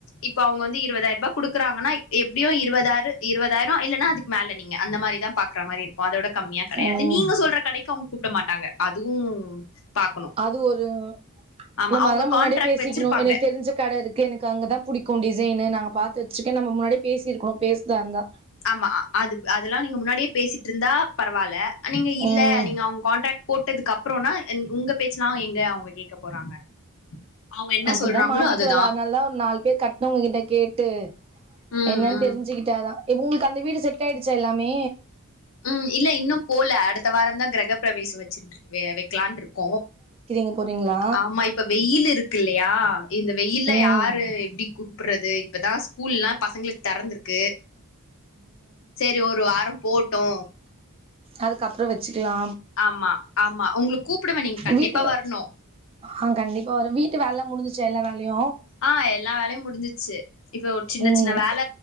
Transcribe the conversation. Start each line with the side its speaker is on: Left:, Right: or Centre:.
Left: இப்ப அவ்ங்க வந்து இருவதாய்ர்பா குடுக்குறாங்கனா எப்டியு இருவதாரு இருவதாய்ரோ இல்லனா அதுக்கு மேல நீங்க அந்த மாரிதா பாக்றா மாரி இரு கு அதோட கம்மியா
Right: ம்
Left: கெடையாது நீங்க சொல்ற கடைக்கு அவ்ங் கூப்ட மாட்டாங்க அதுவு பாக்கணு
Right: அது ஒரு
Left: ஆமா
Right: நம்ம
Left: அவங்க
Right: அதலா முன்னாடியே
Left: கான்ட்ராக்ட்
Right: பேசிக்கிணு
Left: வச்சிருப்பாங்க
Right: எனக்கு தெரிஞ்ச கட இருக் கு எனக்கு அங்கதா புடிக்கு டிசைனு நாங்க பாத்து வச்ருக்கே நம்ம முன்னாடியே பேசிருக்குணு பேசஸ்தா இர்ந்தா
Left: ஆமா அது அதலா நீங்க முன்னாடியே பேசிட்ருந்தா பரவால்ல நீங்க இல்ல
Right: ம்
Left: நீங்க அவ்ங் கான்ட்ராக்ட் போட்டதுக்கு அப்றோனா என் உங்க பேச்சுலா எங்க அவ்ங்க கேக்க போறாங்க அவங்க என்ன
Right: அப்புடிதா
Left: சொல்றாங்களோ
Right: மாட்டிக்கூடாது
Left: அதுதா
Right: அதுனால்தா ஒரு நால் பேர் கட்னவ்ங்க கிட்ட கேட்டு
Left: ம்
Right: என்னன்
Left: ம்
Right: தெர்ஞ்சுகிட் டாதா எ உங்ளுக்கு அந்த வீடு செட் ஆய்டுச்சா எல்லாமே
Left: ம் இல்ல இன்னு போல அடுத்த வாரந்தான் கிரகப்பிரவேசு வச்சின்ட்ருவே வெக்லான்ட்ருக்கோ
Right: போறீங்ளா
Left: ஆமா இப்ப வெயில் இருக்கு இல்லையா இந்த வெயில்ல
Right: ம்
Left: யாரு எப்டி கூ ப்புறது இப்பதா ஸ்கூல்லா பசங்ளுக் தெறந்திருக்கு சேரி ஒரு வாரோ போட்டு
Right: அதுக்கப்றோ வச்சுக்குலா
Left: ஆமா ஆமா உங்ளு கூப்புடுவே நீங்க் கண்டிப்பா
Right: வீட்டு வே
Left: வர்ணு
Right: ஆ கண்டிப்பா வர வீட்டு வேல்லா முடிஞ்சுசா எல்லா வேல்யு
Left: ஆ எல்லா வேலயு முடிஞ்சிச்சு இப்ப ஒரு சின்ன
Right: ம்
Left: சின்ன வேல